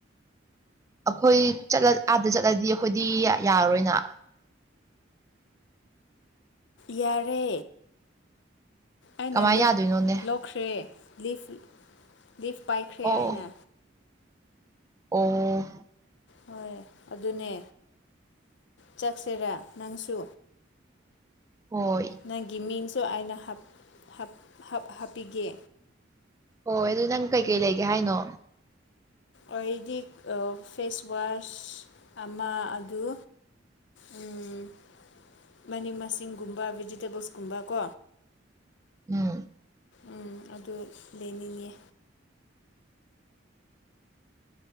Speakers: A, on the right (about 15°); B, on the left (about 65°).
A: ꯑꯩꯈꯣꯏꯠ ꯆꯠꯂ ꯑꯥꯗ ꯆꯠꯂꯗꯤ ꯑꯩꯈꯣꯏꯗꯤ ꯌꯥꯔꯔꯣꯏꯅ
B: ꯌꯥꯔꯦ ꯑꯩꯅ
A: ꯀꯃꯥꯏ
B: ꯂꯤꯐ
A: ꯌꯥꯗꯣꯏꯅꯣꯅꯦ
B: ꯂꯧꯈ꯭ꯔꯦ ꯂꯤꯐ ꯂꯤꯐ ꯄꯥꯏꯈ꯭ꯔꯦ
A: ꯑꯣ
B: ꯑꯩꯅ
A: ꯑꯣ
B: ꯍꯣꯏ ꯑꯗꯨꯅꯦ ꯆꯠꯁꯤꯔꯥ ꯅꯪꯁꯨ
A: ꯍꯣꯏ
B: ꯅꯪꯒꯤ ꯃꯤꯡꯁꯨ ꯑꯩꯅ ꯍꯥꯞ ꯍꯥꯞ ꯍꯥꯞ ꯍꯥꯞꯄꯤꯒꯦ
A: ꯍꯣꯏ ꯑꯗꯨ ꯅꯪ ꯀꯩꯀꯩ ꯂꯩꯒꯦ ꯍꯥꯏꯅꯣ
B: ꯑꯣꯏꯗꯤꯛ ꯑ ꯐꯦꯁ ꯋꯥꯁ ꯑꯃ ꯑꯗꯨ ꯎꯝ ꯃꯅꯤꯡ ꯃꯁꯤꯡꯒꯨꯝꯕ ꯚꯦꯖꯤꯇꯦꯕꯜꯁꯀꯨꯝꯕ ꯀꯣ
A: ꯎꯝ
B: ꯎꯝ ꯑꯗꯨ ꯂꯩꯅꯤꯡꯉꯦ